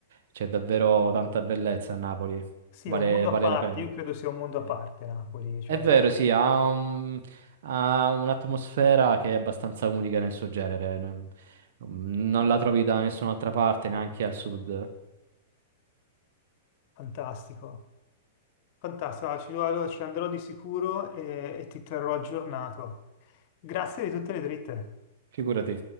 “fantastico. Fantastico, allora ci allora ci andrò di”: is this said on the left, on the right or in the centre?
Left